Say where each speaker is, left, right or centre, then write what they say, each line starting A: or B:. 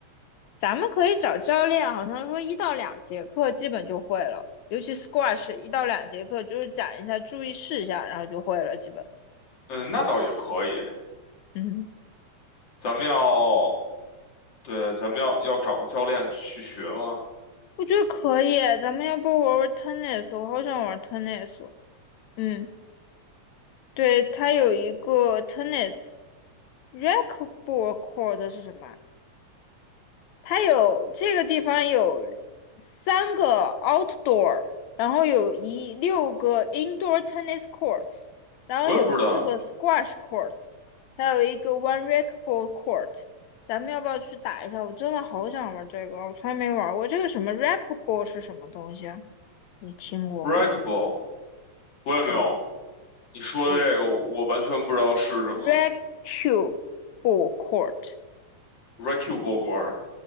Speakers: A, on the left (about 75°); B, on the left (about 55°).
A: 咱们可以找教练，好像说一到两节课基本就会了，尤其 squash 一到两节课就是讲一下注意事项，然后就会了，基本。
B: 嗯，那倒也可以。
A: 嗯，
B: 咱们要，对，咱们要要找个教练去学吗？
A: 我觉得可以，咱们要不玩玩 tennis？我好想玩 tennis 哦嗯，对，它有一个
B: 嗯
A: tennis racquetball court 是什么啊？它有这个地方有三个 outdoor，然后有一六个 indoor tennis courts，然后有四个
B: 我也不知道
A: squash courts，还有一个 one racquetball court。咱们要不要去打一下？我真的好想玩这个，我从来没玩过。这个什么 racquetball 是什么东西啊？你听过吗
B: ，breakable，我也没有。
A: 我
B: 你说的这个，
A: 我
B: 我完全不知道是什么。
A: ？racquetball court，
B: r e c k a b l e board